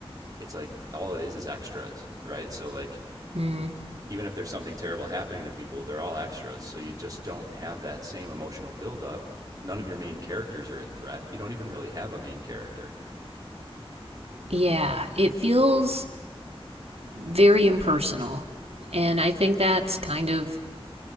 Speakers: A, on the right (about 35°); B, on the right (about 85°).
A: it's like all it is is extras, right? So like
B: Mm.
A: even if there's something terrible happening to people, they're all extras. So you just don't have that same emotional buildup. None of your main characters are at threat. You don't even really have a main character.
B: Yeah, it feels very impersonal. And I think that's kind of